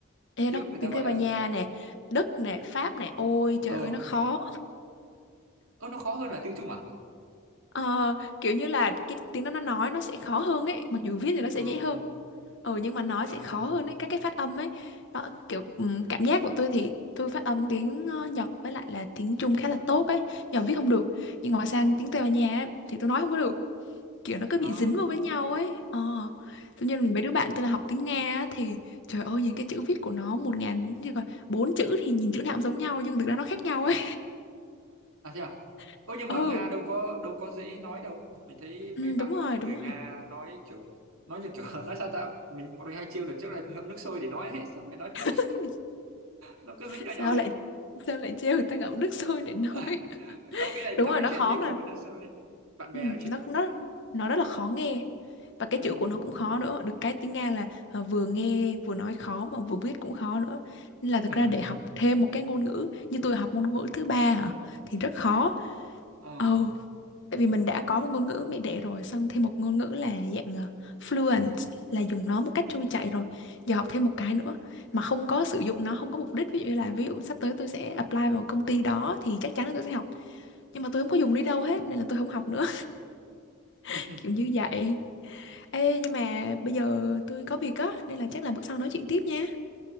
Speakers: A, on the left (about 60°); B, on the right (about 90°).
A: ê
B: tiếng
A: nó
B: người ta
A: tiếng
B: gọi
A: Tây
B: là
A: Ban Nha nè Đức nè Pháp nè ôi trời
B: ờ
A: ơi nó khó
B: ơ nó khó hơn là tiếng Trung à
A: Ờ, kiểu như là cái tiếng đó nó nói nó sẽ khó hơn ấy mặc dù viết thì nó
B: ờ
A: sẽ dễ hơn ừ nhưng mà nói
B: à
A: sẽ khó hơn ấy các cái phát âm ấy đó, kiểu ừm, cảm giác của tôi thì tôi phát âm tiếng ờ, Nhật với lại là tiếng Trung khá là tốt ấy nhờ viết không được nhưng mà sang tiếng Tây Ban Nha ấy, thì tôi nói không có được kiểu nó cứ
B: ờ
A: bị dính vào với nhau ấy ờ tự nhiên mấy đứa bạn tôi là học tiếng Nga á, thì trời ơi nhìn cái chữ viết của nó một ngàn như là bốn chữ thì nhìn chữ nào cũng giống nhau nhưng thực ra nó khác nhau ấy
B: à thế à
A: <laughs>
B: ơ nhưng mà
A: ừ,
B: Nga đâu có đâu có dễ nói đâu mình thấy mấy
A: ừ
B: bạn
A: đúng rồi
B: người
A: đúng rồi
B: Nga nói kiểu nói như kiểu <laughs> nói sao ta mình bọn mình hay trêu đợt trước là ngậm nước sôi để nói hết xong rồi nó cứ
A: <laughs>
B: nó cứ dính vào
A: sao
B: nhau ấy
A: lại sao lại trêu người ta ngậm nước sôi để nói
B: <laughs>
A: <laughs>
B: không nghĩ là nói
A: đúng rồi nó
B: chuyện
A: khó
B: như
A: mà
B: kiểu ngậm nước sôi ấy. bạn bè
A: ừ,
B: nói chuyện
A: nó nó nó rất là khó nghe và cái
B: ừ
A: chữ của nó cũng khó nữa được cái tiếng Nga là ờ, vừa nghe vừa nói khó mà vừa viết cũng khó nữa nên là thực
B: <laughs>
A: ra để học thêm một cái ngôn ngữ như tôi học ngôn ngữ thứ ba hả thì rất khó
B: ờ
A: ừ Tại vì mình đã có một ngôn ngữ mẹ đẻ rồi, xong thêm một ngôn ngữ là dạng ờ, fluent là dùng nó một cách trôi chảy rồi. Giờ học thêm một cái nữa mà không có sử dụng nó, không có mục đích. Ví dụ như là ví dụ sắp tới tôi sẽ apply vào công ty đó thì chắc chắn là tôi sẽ học. Nhưng mà tôi không có dùng đi đâu hết nên là tôi không học nữa. <laughs>
B: <laughs>
A: Kiểu như vậy. Ê nhưng mà bây giờ tôi có việc á nên là chắc là bữa sau nói chuyện tiếp nha.